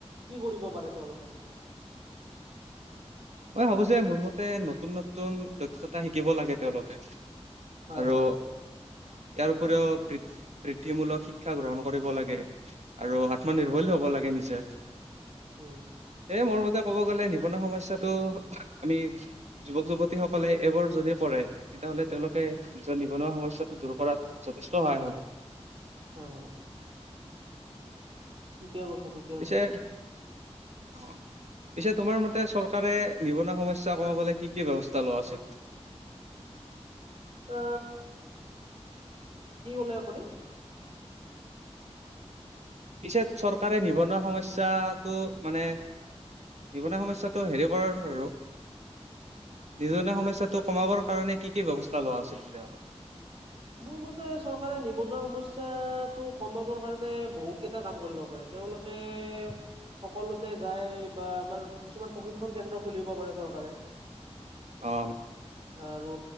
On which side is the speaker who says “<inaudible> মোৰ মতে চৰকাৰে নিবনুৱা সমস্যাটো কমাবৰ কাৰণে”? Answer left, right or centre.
Right